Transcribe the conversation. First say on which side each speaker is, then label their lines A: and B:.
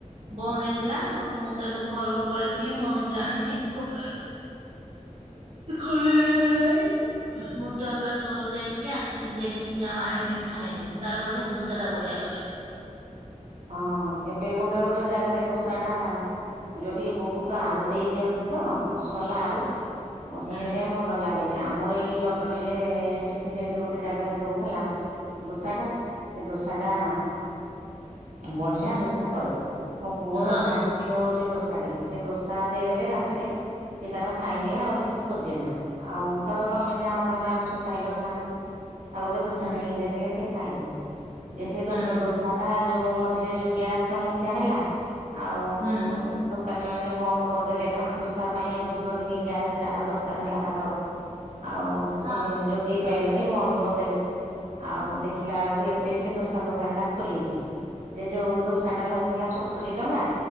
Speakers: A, on the right (about 55°); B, on the right (about 75°).
A: ବନ୍ଦ ହେଇଥିଲା ଆଉ ମୁଁ ତ ଏବେ ଘରକୁ ପଳେଇଥିଲି ମୁଁ ଆଉ ଜାଣିନି ପୁ। ସେ ଖୋଲିଲା ନା ନାଇ। ମୁଁ ତ ଏବେ ଘରକୁ ଯାଇଥିଲି ଆସିଲି ଦେଖିନି ଆଉ ଆଣିନି ଖାଇନି କିନ୍ତୁ ତାର ବଢିଆ ଦୋଷା ଟା ବଢିଆ କରେ।
B: ହଁ ଏବେ ଗୋଟେ ଗୋଟେ ଜାଗାରେ ଦୋସା ଟା। ଯୋଉ ଟିକେ ବହୁତ ଆଳୁ ଦେଇଦିଅନ୍ତି ତ ମସଲା ଆଳୁ ମତେ
A: ହୁଁ
B: ସେଇଥିପାଇଁ ଭଲ ଲାଗେନି। ଏ ଆମର ଏଇ ଜଟଣୀରେ ସେଠି ସେମୀତି ଗୋଟେ ଜାଗାରେ ଦଉଥିଲା ଦୋସା ଟା। ସେ ଦୋସାଟା ବଢିଆ ଦୋସା କରେ ମୋ ପୁଅର
A: ହଁ
B: ଭାରି। ପ୍ରିୟ ହଉଛି ଦୋସା ଟିକେ ସେ ଦୋସା ଦେଇଦେଲେ ରାତିରେ ସିଏ ତାର ଖାଇଦିଏ।
A: ହୁଁ
B: ଆଉ କିଛି ଖୋଜେ ନା ଆଉ ଧର ତମେ ଯାହା ତମର ଆମିଷ ଖାଇଲ ଯାହା କଲ। ତା ଗୋଟେ ଦୋସା
A: ହୁଁ
B: କିଣିକି ଦେଇଦେଲେ ସେ ଖାଇଦିଏ। ଯେ ସେ ଦୋ
A: ହୁଁ
B: ଦୋସାଟା ଯୋଉ ମଝିରେ ଯୋଉ ଗ୍ୟାସ୍ ସମସ୍ୟା ହେଲା ଆଉ
A: ହୁଁ
B: ଦୋକାନୀ ମାନେ ବନ୍ଦ କରିଦେଲେ କାରଣ ଦୋଷା ପାଇଁ ଅଧିକ ଟିକେ ଗ୍ୟାସ ଜାଳ ଦରକାର ହେଲା ତାଙ୍କର। ଆଉ
A: ହଁ
B: ସେ ଯୋଉ ଦେଇ ପାରିଲେନି ବନ୍ଦ କରିଦେଲେ ଆଉ ଦେଖିଲା ବେଳକୁ ଏବେ ସେ ଦୋସା ଦୋକାନ ଟା ଖୋଲିଛି। ସେ ଯୋଉ ଦୋସାଟା ନଉଥିଲା ସତୁରି ଟଙ୍କା